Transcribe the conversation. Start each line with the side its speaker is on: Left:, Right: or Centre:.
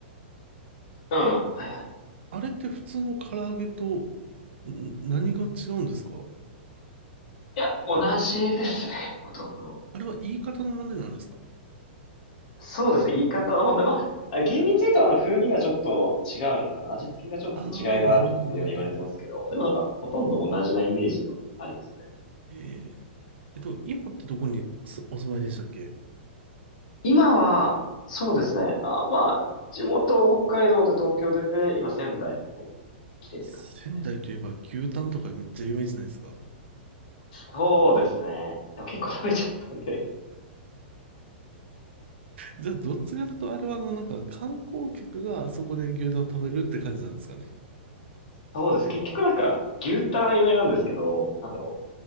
Left: うん、はいはいはい。
Right: あれって普通の唐揚げと、ん何が違うんですか
Left: いや、同じですね、<laughs> ほとんど。
Right: あれは言い方の問題なんですか
Left: そうですね、言い方の問題。まあ、あ厳密に言うとあの、風味がちょっと違うのかな。味付けがちょっと違いがあるっては言われてますけど、
Right: ああー、なるほど、なるほど。
Left: でもなんか、ほとんど同じなイメージではありますね。
Right: えー、えっと、今ってどこにすお住まいでしたっけ
Left: 今は、そうですね。あ、まあ、地元北海道で東京出て、今仙台の方に来てるって感じですね。
Right: 仙台といえば牛タンとかめっちゃ有名じゃないですか。
Left: そうですね。でも結構食べちゃったんで。
Right: じゃあ、どっちかというと、あれはあの、なんか観光客があそこで牛タン食べるって感じなんですかね。
Left: そうです。結局なんか、牛タン有名なんですけど、なんだろ